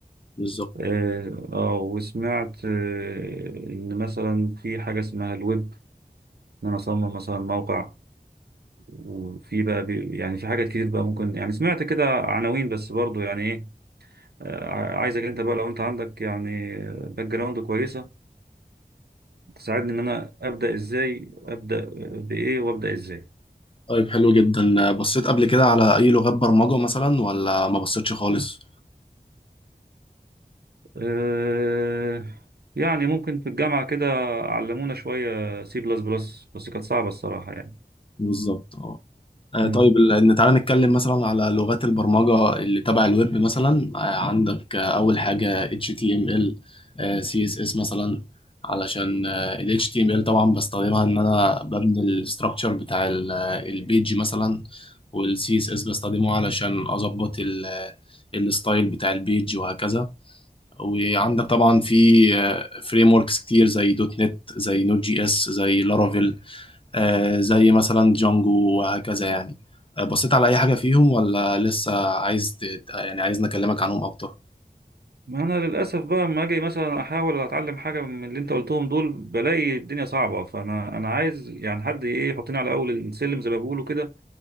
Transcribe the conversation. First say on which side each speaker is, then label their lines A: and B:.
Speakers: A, on the left (about 35°); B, on the right (about 75°).
A: بالظبط
B: اه آه، وسمعت آه، إن مثلا في حاجة اسمها الويب إن أنا أصمم مثلا موقع وفي بقى بي يعني في حاجات كتير بقى ممكن يعني سمعت كده عناوين بس برضو يعني ايه آه، ع- عايزك انت بقى لو انت عندك يعني باك جراوند كويسة تساعدني ان انا ابدأ ازاي ابدأ بايه وابدأ ازاي
A: طيب حلو جدا بصيت قبل كده على أي لغات برمجة مثلا ولا ما بصيتش خالص؟
B: أه يعني ممكن في الجامعة كده علمونا شوية سي بلس بلس بس كانت صعبة الصراحة يعني
A: بالظبط اه آه،
B: مم.
A: طيب ال- إن تعالى نتكلم مثلا على لغات البرمجة اللي تبع الويب مثلا آه، عندك آه، أول حاجة HTML آه، CSS مثلا علشان آه، ال HTML طبعا بستخدمها إن أنا ببني الستراكشر بتاع ال- آه، البيج مثلا وال CSS بستخدمه علشان أظبط ال- آه، الستايل بتاع البيج وهكذا وعندك طبعا في فريم وركس كتير زي دوت نت زي نوت جي اس زي لارافيل آه، زي مثلا جانجو وهكذا يعني آه، بصيت على أي حاجة فيهم ولا لسه عايز ت- يعني عايز نكلمك عنهم أكتر
B: ما انا للاسف بقى لما اجي مثلا احاول اتعلم حاجه من اللي انت قلتهم دول بلاقي الدنيا صعبه فانا انا عايز يعني حد ايه يحطني على اول السلم زي ما بيقولوا كده